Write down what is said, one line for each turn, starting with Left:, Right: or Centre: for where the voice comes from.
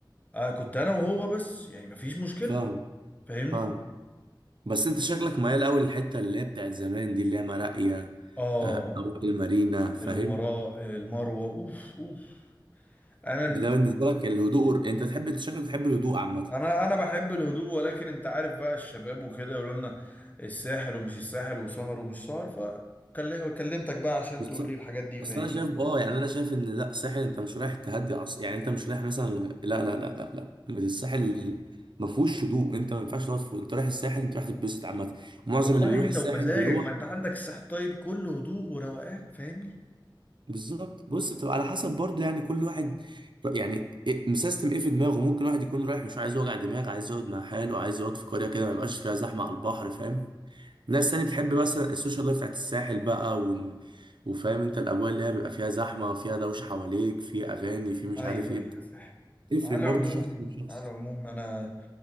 Left: آه كنت انا وهو بس يعني مفيش مشكلة
Right: <laughs> فاهم
Left: فاهمني
Right: فاهم بس انت شكلك ميال قوي للحته اللي هي بتاعت زمان دي اللي هي مراقيه
Left: اه
Right: آه، أو المارينا فاهم
Left: الامراء المروة اوف اوف انا ال...
Right: ده ده بالنسبه لك الهدوء وال- انت تحب انت شكلك بتحب الهدوء عامه
Left: انا انا بحب الهدوء ولكن انت عارف بقى الشباب وكده يقولوا لنا الساحل ومش الساحل وسهر ومش سهر فكلمتك بقى عشان
Right: بس
Left: تقول لي الحاجات دي فاهمني
Right: بس انا شايف اه يعني انا شايف ان لا الساحل انت مش رايح تهدي أص... يعني انت مش رايح مثلا لا لا لا لا لا الساحل ما فيهوش هدوء انت ما ينفعش تقعد في... انت رايح الساحل انت رايح تتبسط عامه ومعظم
Left: والله
Right: اللي بيروح
Left: انت
Right: الساحل
Left: ومزاجك
Right: بيروح
Left: ما انت عندك الساحل الطيب كله هدوء وروقان فاهمني
Right: بالظبط بص بتبقى على حسب برضه يعني كل واحد يعني إيه- مسيستم ايه في دماغه ممكن واحد يكون رايح مش عايز يوجع دماغ عايز يقعد مع حاله عايز يقعد في قرية كده ما يبقاش فيها زحمة على البحر فاهم ناس تاني بتحب بس السوشيال لايف بتاعت الساحل بقى ون... وفاهم انت الاجواء اللي هي بيبقى فيها زحمة فيها دوشة حواليك في اغاني في مش
Left: ايوه
Right: عارف ايه
Left: ايوه فاهم
Right: تفرق
Left: على
Right: برضه
Left: العموم
Right: شخص من شخص
Left: على العموم انا